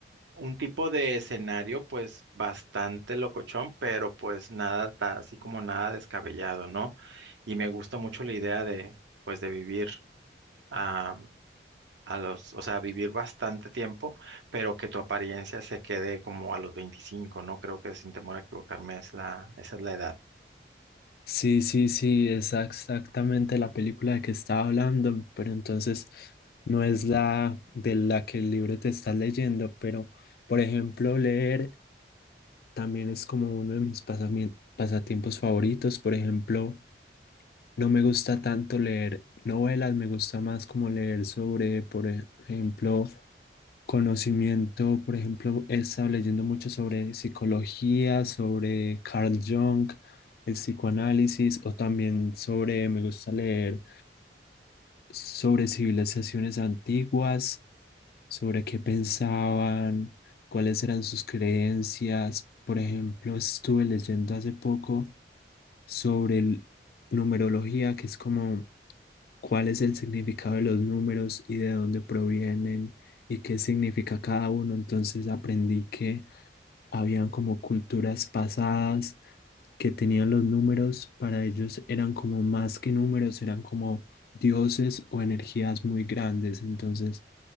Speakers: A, on the right; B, on the left.
A: un tipo de escenario pues bastante locochón, pero pues nada, ta- así como nada descabellado, ¿no? Y me gusta mucho la idea de pues de vivir a, a los, o sea, vivir bastante tiempo, pero que tu apariencia se quede como a los veinticinco ¿no? Creo que sin temor a equivocarme es la, esa es la edad.
B: Sí, sí, sí, es exactamente la película de que estaba hablando, pero entonces no es la de la que el libro te está leyendo, pero por ejemplo, leer también es como uno de mis pasami- pasatiempos favoritos, por ejemplo. No me gusta tanto leer novelas, me gusta más como leer sobre, por ejemplo, conocimiento. Por ejemplo, he estado leyendo mucho sobre psicología, sobre Carl Jung, el psicoanálisis, o también sobre, me gusta leer sobre civilizaciones antiguas, sobre qué pensaban, cuáles eran sus creencias. Por ejemplo, estuve leyendo hace poco sobre el- numerología, que es como cuál es el significado de los números y de dónde provienen y qué significa cada uno. Entonces aprendí que habían como culturas pasadas que tenían los números, para ellos eran como más que números, eran como dioses o energías muy grandes. Entonces,